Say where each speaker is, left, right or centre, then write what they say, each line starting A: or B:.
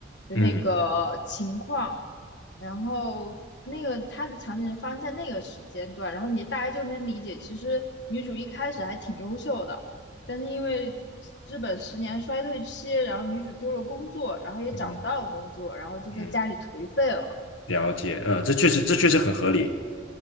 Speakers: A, on the left; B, on the left.
A: 的那个情况，
B: 嗯
A: 然后那个它的场景是发生在那个时间段，然后你大家就能理解，其实女主一开始还挺优秀的，但是因为日本十年衰退期，然后女主丢了工作，然后也找不到工作，
B: 嗯
A: 然后就在家里颓废了。
B: 嗯，了解，嗯，这确实这确实很合理，